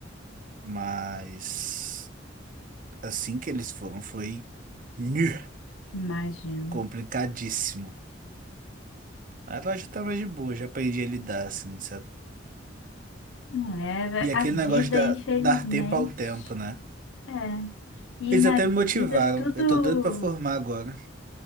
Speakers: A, on the right (about 45°); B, on the left (about 75°).
A: Mas assim que eles foram, foi <laughs> nhu,
B: Imagino.
A: complicadíssimo. Agora já tá mais de boa, já aprendi a lidar, assim, sabe?
B: Não é,
A: E aquele
B: a vida,
A: negócio de dar
B: infelizmente.
A: dar tempo ao tempo, né?
B: É. E
A: Eles
B: na
A: até
B: vida
A: me motivaram.
B: tudo.
A: Eu tô doido pra formar agora.